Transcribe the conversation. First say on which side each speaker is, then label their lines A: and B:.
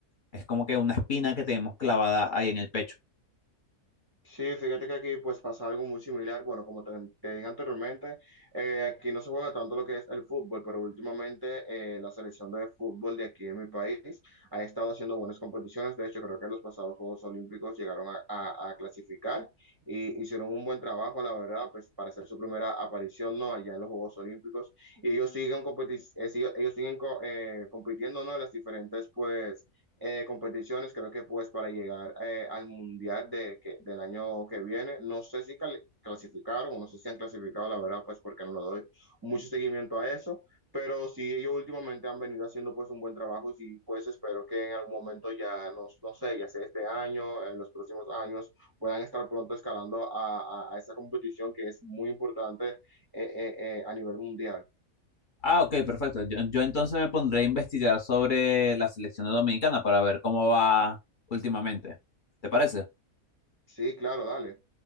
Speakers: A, on the left; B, on the right.
A: es como que una espina que tenemos clavada ahí en el pecho.
B: Sí, fíjate que aquí pues pasa algo muy similar. Bueno, como te, te dije anteriormente, eh, aquí no se juega tanto lo que es el fútbol, pero últimamente eh, la selección de fútbol de aquí en mi país ha estado haciendo buenas competiciones. De hecho, creo que en los pasados Juegos Olímpicos llegaron a, a- a clasificar y hicieron un buen trabajo, la verdad, pues para hacer su primera aparición, ¿no? Allá en los Juegos Olímpicos. Y ellos siguen, competi- eh, sig- ellos siguen co- eh, compitiendo, ¿no? En las diferentes pues eh, competiciones, creo que pues para llegar eh, al mundial de, que, del año que viene, no sé si cal- clasificaron o no sé si han clasificado, la verdad, pues porque no le doy mucho seguimiento a eso, pero sí ellos últimamente han venido haciendo pues un buen trabajo y sí pues espero que en algún momento ya, no, no sé, ya sea este año, en los próximos años, puedan estar pronto escalando a, a- a esa competición que es muy importante eh, eh, eh, a nivel mundial.
A: Ah, ok, perfecto. Yo, yo entonces me pondré a investigar sobre la selección dominicana para ver cómo va últimamente. ¿Te parece?
B: Sí, claro, dale.